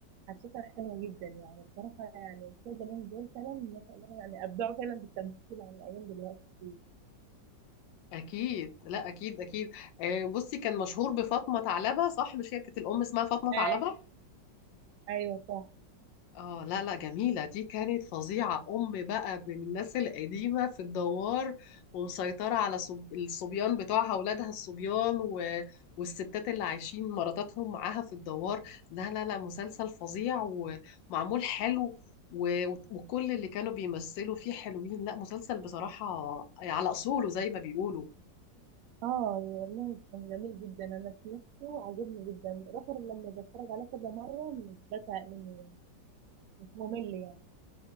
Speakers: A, on the right (about 80°); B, on the left (about 80°).
A: حسيتها حلوه جدا يعني بصراحه يعني بتوع زمان دول فعلا ما شاء الله يعني ابدعوا فعلا في التمثيل عن ايام دلوقتي كتير.
B: اكيد لا اكيد اكيد آه، بصي كان مشهور بفاطمه ثعلبه صح مش هي كانت الام اسمها فاطمه ثعلبه
A: أي- ايوه صح
B: اه لا لا جميلة دي كانت فظيعة أم بقى من الناس القديمة في الدوار ومسيطرة على صب... الصبيان بتوعها أولادها الصبيان و... والستات اللي عايشين مراتاتهم معاها في الدوار لا لا لا مسلسل فظيع ومعمول حلو و... وكل اللي كانوا بيمثلوا فيه حلوين لا مسلسل بصراحة على أصوله زي ما بيقولوا
A: اه والله كان جميل جدا انا سمعته عجبني جدا رفر لما بتفرج عليه كذا مره مش بزهق منه مش ممل يعني